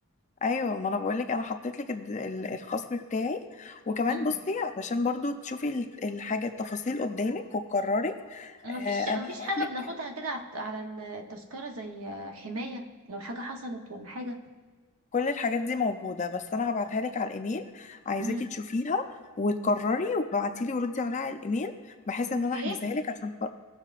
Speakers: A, on the left; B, on the right.
A: ايوه ما انا بقول لك انا حطيت لك الد- ال- الخصم بتاعي وكمان
B: امم
A: بصي علشان برضو تشوفي ال- الحاجه التفاصيل قدامك وتقرري
B: ومفيش
A: آه،
B: مفيش
A: انا هبعت
B: حاجة
A: لك
B: بناخدها كده عت- على التذكرة زي حماية لو حاجة حصلت ولا حاجة
A: كل الحاجات دي موجوده بس انا هبعتها لك على الايميل عايزاكي
B: امم
A: تشوفيها وتقرري وابعتي لي وردي عليها على الايميل بحيث
B: اوكي
A: ان انا احجزها لك عشان